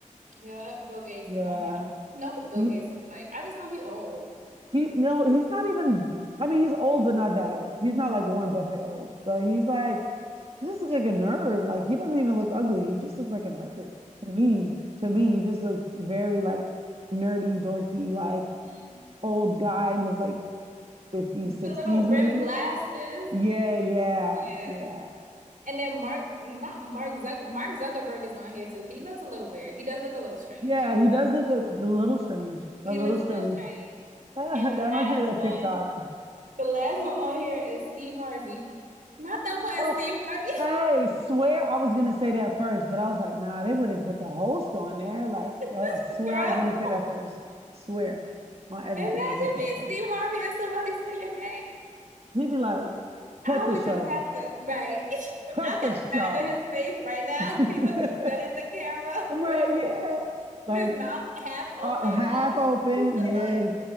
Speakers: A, on the right; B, on the right.
A: Yeah, Bill Gates
B: Yeah.
A: is on here. I don't know what Bill
B: He
A: Gates looks like. I just know he old.
B: he no, he's not even I mean, he's old but not that old. He's not like Warren Buffett old, but he's like he just looks like a nerd. Like he doesn't even look ugly. He just looks like a nerd to me. To me, he just looks very like nerdy, dorky, like
A: Mm.
B: old guy in his like 50s,
A: With
B: 60s
A: the little rim
B: maybe.
A: glasses.
B: Yeah, yeah,
A: Yeah.
B: yeah.
A: yeah. And then Mark, not Mark Zuck, Mark Zuckerberg is on here too. He looks a little weird. He does look a little strange.
B: Yeah, he does look a, a little strange. A
A: He
B: little
A: looks
B: strange.
A: a little strange.
B: <laughs> Uh,
A: And
B: that
A: the last
B: reminds me of that
A: one,
B: TikTok.
A: the last one on here is Steve Harvey. Not them putting
B: Oh,
A: Steve Harvey.
B: hey, swear I was gonna say that first, but I was like, nah, they wouldn't put the host on there. Like, I,
A: <laughs>
B: I swear
A: Girl,
B: I was gonna say that first. Swear on everything,
A: imagine
B: I was gonna say
A: me,
B: that first.
A: Steve Harvey, and somebody say your name.
B: He'd be like,
A: I
B: cut the
A: would
B: show,
A: just have to, right. <laughs>
B: cut
A: I
B: the
A: can
B: show.
A: imagine his face right now.
B: <laughs>
A: <laughs> He looking dead at the camera
B: Right?
A: with his
B: yeah,
A: lip-
B: like
A: his mouth half open.
B: uh, half
A: You know that
B: open,
A: stupid
B: Yes,
A: look.